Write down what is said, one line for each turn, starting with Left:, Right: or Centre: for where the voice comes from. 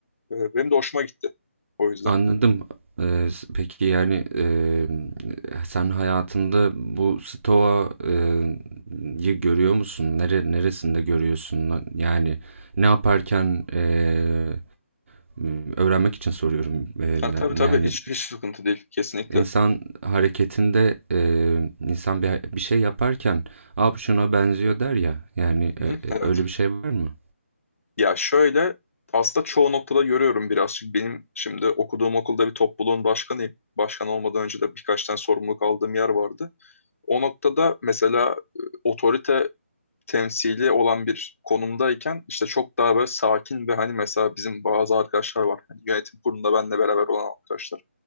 Left: E, benim de hoşuma gitti o yüzden.
Right: Anladım. Ee, s- peki yani ee, sen hayatında bu stoa ee, yı görüyor musun? Nere, neresinde görüyorsun? Na- Yani ne yaparken ee, m, öğrenmek için soruyorum. Ee,
Left: Ha,
Right: ne-
Left: tabii tabii
Right: yani
Left: hiç, hiç sıkıntı değil kesinlikle.
Right: İnsan
Left: Hı
Right: hareketinde e, insan bir, bir şey yaparken "Aa şuna benziyor." der ya. Yani e, e,
Left: hı, evet.
Right: öyle bir şey var mı?
Left: Ya şöyle aslında çoğu noktada görüyorum birazcık. Benim şimdi okuduğum okulda bir topluluğun başkanıyım. Başkan olmadan önce de birkaç tane sorumluluk aldığım yer vardı. O noktada mesela e, otorite temsili olan bir konumdayken işte çok daha böyle sakin ve hani mesela bizim bazı arkadaşlar var. Hani yönetim kurulunda benle beraber olan arkadaşlar.